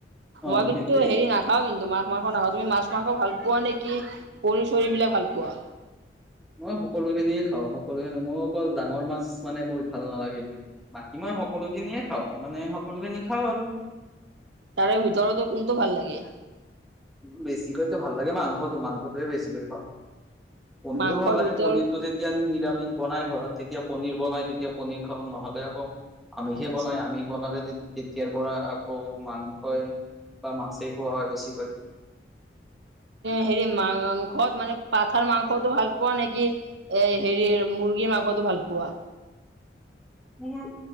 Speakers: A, in the centre; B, on the right.
A: অ
B: মই কিন্তু
A: সেইটোয়ে
B: হেৰি না খাওঁ কিন্তু মাছ মাংস নাখাওঁ তুমি মাছ মাংস ভাল পোৱা নেকি পনীৰ চৰি বিলাক ভাল পোৱা
A: মই সকলোখিনিয়ে খাওঁ সকলোখিনি মই অকল ডাঙৰ মাছ মানে মোৰ ভাল নালাগে বাকী মই সকলো খিনিয়ে খাওঁ মানে সকলো খিনি খাওঁ আৰু
B: তাৰে ভিতৰতো কোনটো ভাল লাগে
A: বেছিকৈ তো ভাল লাগে মাংসটো মাংসটোয়ে বেছিকৈ খাওঁ পনীৰো
B: মাংসৰ
A: ভাল লাগে
B: ভিতৰত
A: পনীৰতটো যে তেতিয়া নিৰামিষ বনাই ঘৰত তেতিয়া পনীৰ বনাই তেতিয়া পনীৰ খাওঁ নহ'লে আকৌ আমি সে
B: আচ্ছা
A: বনাই আমি বনালে তেতিয়াৰ পৰা আকৌ মাংসই বা মাছেই খোৱা হয় বেছিকৈ
B: হেৰি মাংস মানে পাথাৰ মাংসটো ভাল পোৱা নেকি এ হেৰি মুৰ্গীৰ মাংসতো ভাল পোৱা
A: মোৰ